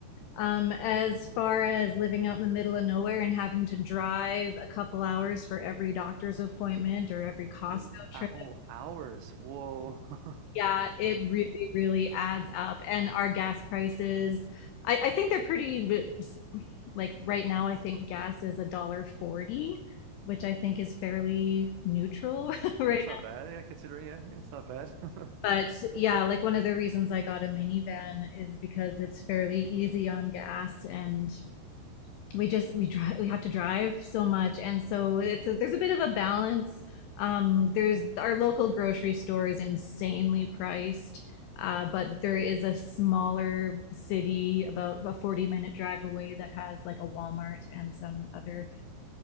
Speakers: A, on the left; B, on the right.
A: Um, as far as living out in the middle of nowhere and having to drive a couple hours for every doctor's appointment or every Costco
B: Ooh.
A: trip,
B: Uh, oh, hours. Whoa. <laughs>
A: yeah, it really, really adds up. And our gas prices, I, I think they're pretty like right now I think gas is a dollar forty, which I think is fairly neutral <laughs> right
B: Yeah, it's not bad. Yeah, considering, yeah, yeah, it's not bad. <laughs>
A: now. But yeah, like one of the reasons I got a minivan is because it's fairly easy on gas and we just we drive we have to drive so much and so it's a, there's a bit of a balance. Um, there's our local grocery store is insanely priced. Uh, but there is a smaller city about a 40 minute drive away that has like a Walmart and some other